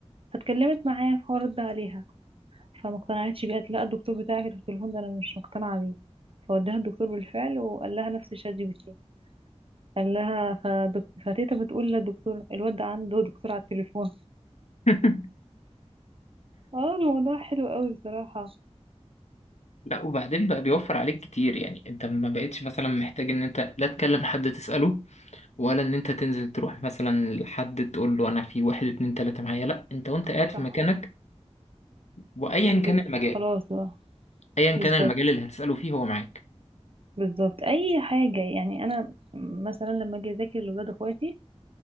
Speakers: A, on the right; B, on the left.
A: فاتكلمت معاه فهو رد عليها فما اقتنعتش بيه قالت لا الدكتور بتاعك اللي في التليفون ده انا مش مقتنعة بيه فوداها الدكتور بالفعل وقال لها نفس الشات جي بي تي قال لها فدك... فتيتا بتقول للدكتور الواد ده عنده دكتور على التليفون <laughs>
B: <laughs>
A: اه الموضوع حلو قوي بصراحة
B: لا وبعدين بقى بيوفر عليك كتير يعني انت ما بقتش مثلا محتاج ان انت لا تكلم حد تسأله ولا ان انت تنزل تروح مثلا لحد تقول له انا في واحد اتنين تلاتة معايا لا انت وانت قاعد في
A: صح
B: مكانك وايا كان
A: بت...
B: المجال
A: خلاص بقى
B: ايا
A: بالظبط
B: كان المجال اللي هتسأله فيه هو معاك
A: بالظبط اي حاجه يعني انا مثلا لما اجي اذاكر لاولاد اخواتي